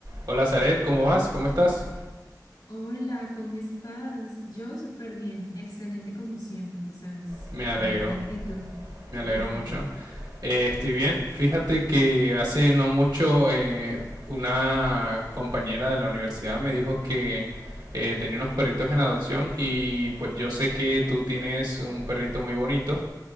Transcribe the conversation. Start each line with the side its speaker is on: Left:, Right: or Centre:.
Right: Hola Zaret, ¿cómo vas? ¿Cómo estás?
Left: Hola, ¿cómo estás? Yo súper bien, excelente como siempre, tú sabes,
Right: Me alegro,
Left: con buena actitud.
Right: me
Left: ¿Cómo
Right: alegro
Left: estás?
Right: mucho. Eh, estoy bien. Fíjate que hace no mucho eh, una compañera de la universidad me dijo que eh, tenía unos perritos en adopción y pues yo sé que tú tienes un perrito muy bonito